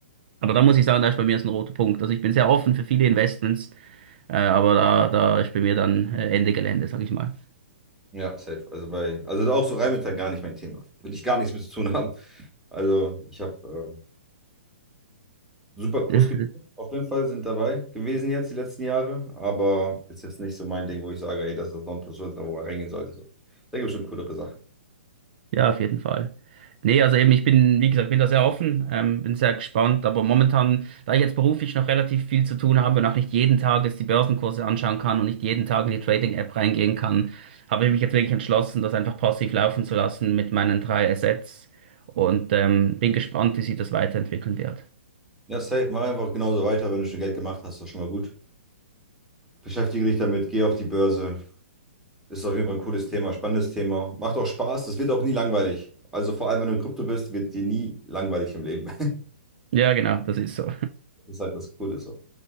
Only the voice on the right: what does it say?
Aber da muss ich sagen, da ist bei mir ist ein roter Punkt. Also ich bin sehr offen für viele Investments, äh, aber da, da ist bei mir dann äh, Ende Gelände, sag ich mal.
<laughs>
Ja, auf jeden Fall. Nee, also eben, ich bin, wie gesagt, bin da sehr offen, ähm, bin sehr gespannt, aber momentan, da ich jetzt beruflich noch relativ viel zu tun habe und auch nicht jeden Tag jetzt die Börsenkurse anschauen kann und nicht jeden Tag in die Trading-App reingehen kann, habe ich mich jetzt wirklich entschlossen, das einfach passiv laufen zu lassen mit meinen drei Assets und ähm, bin gespannt, wie sich das weiterentwickeln wird.
Ja, genau, das ist so.